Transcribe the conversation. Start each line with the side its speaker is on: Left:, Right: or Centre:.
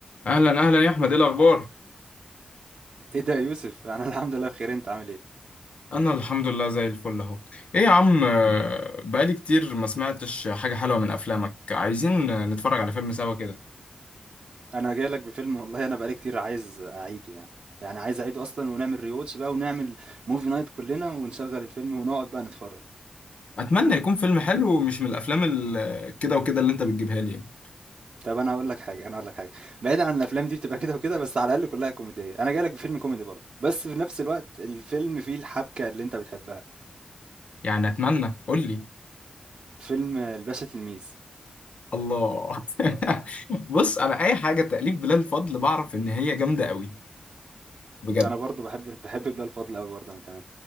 Left: اهلا اهلا يا احمد ايه الاخبار
Right: ايه ده يا يوسف <laughs> انا الحمد لله بخير انت عامل ايه
Left: انا الحمد لله زي الفل اهو ايه يا عم آه، بقالي كتير ما سمعتش حاجه حلوه من افلامك عايزين آه، نتفرج على فيلم سوا كده
Right: انا جاي لك بفيلم والله انا بقالي كتير عايز اعيده يعني يعني عايز اعيده اصلا ونعمل ريواتش بقى ونعمل موفي نايت كلنا ونشغل الفيلم ونقعد بقى نتفرج
Left: اتمنى يكون فيلم حلو ومش من الافلام ال- كده وكده اللي انت بتجيبها لي يعني
Right: طب انا هقول لك حاجه انا هقول لك حاجه بعيد عن الافلام دي بتبقى كده وكده بس على الاقل كلها كوميديه انا جاي لك بفيلم كوميدي برضه بس في نفس الوقت الفيلم فيه الحبكه اللي انت بتحبها
Left: يعني اتمنى قول لي
Right: فيلم الباشا تلميذ
Left: الله <laughs> بص انا اي حاجه تأليف بلال فضل بعرف ان هي جامده قوي بجد
Right: انا برضه بحب بحب بلال فضل قوي برضه انا كمان